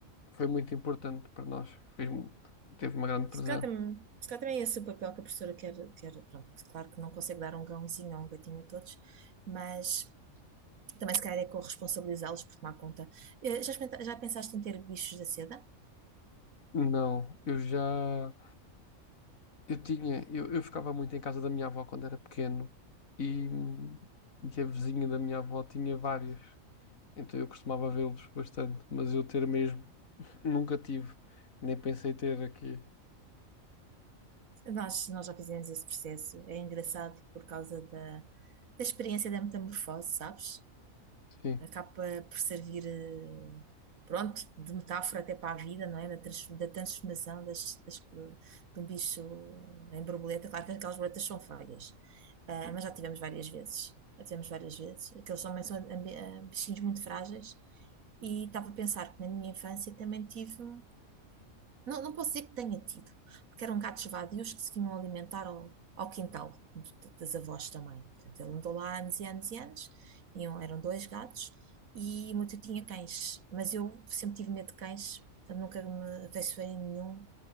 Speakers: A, on the left; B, on the right.
A: foi muito importante para nós, fez, mu- teve uma grande presença.
B: Se calhar também, se calhar também é esse o papel que a professora quer, quer, pronto, claro que não consegue dar um gãozinho ou um gatinho a todos, mas também se calhar é corresponsabilizá-los por tomar conta. Eh, Já, experimenta- já pensaste em ter bichos da seda?
A: Não, eu já, eu tinha, eu, eu ficava muito em casa da minha avó quando era pequeno e, e a vizinha da minha avó tinha vários. Então eu costumava vê-los bastante, mas eu ter mesmo <laughs> nunca tive, nem pensei ter aqui.
B: Nós, nós já fizemos esse processo. É engraçado por causa da, da experiência da metamorfose, sabes?
A: Sim,
B: Acaba por servir, eh, pronto, de metáfora até para a vida, não é? Da, trans- da transformação das, das- de um bicho em borboleta. Claro que aquelas borboletas são feias, ah, mas já tivemos várias vezes. Já tivemos várias vezes. Aqueles também são ambi- ah, bichinhos muito frágeis. E estava a pensar que na minha infância também tive. um não, não posso dizer que tenha tido, porque eram gatos vadios que se vinham alimentar ao, ao quintal d- d- das avós também. Portanto, ele andou lá anos e anos e anos, tinham, eram dois gatos, e o meu tio tinha cães, mas eu sempre tive medo de cães, portanto, nunca me afeiçoei a nenhum,